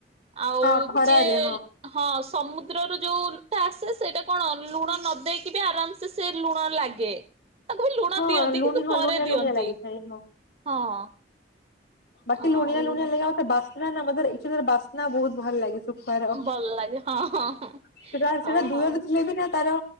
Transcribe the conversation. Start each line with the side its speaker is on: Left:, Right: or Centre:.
Right: ଆଉ
Left: ହଁ ଖରାରେ
Right: ଯିଏ ହଁ ସମୁଦ୍ରରୁ ଯୋଉ ଟା ଆସେ ସେଇଟା କଣ ଲୁଣ ନ ଦେଇେଇକି ବି ଆରାମ ସେ ସେ ଲୁଣ ଲାଗେ ତାକୁ ବି ଲୁଣ
Left: ହଁ
Right: ଦିଅନ୍ତି
Left: ଲୁଣି
Right: କିନ୍ତୁ
Left: ହଁ
Right: ପରେ
Left: ଲୁଣିଆ
Right: ଦିଅନ୍ତି।
Left: <unintelligible>
Right: ହଁ।
Left: ବାକି
Right: ଆଉ
Left: ଲୁଣିଆ ଲୁଣିଆ ଲାଗା ବାସ୍ନା ବାସ୍ନା ବହୁତ ଭଲ ଲାଗେ ହର ସେଟା
Right: ଭଲ ଲାଗେ ହଁ ହଁ ହଁ
Left: ସେଟା ଦୁହ
Right: ହଉ ହଉ
Left: ଦେ ଥିଲେ ବି ନା ତାର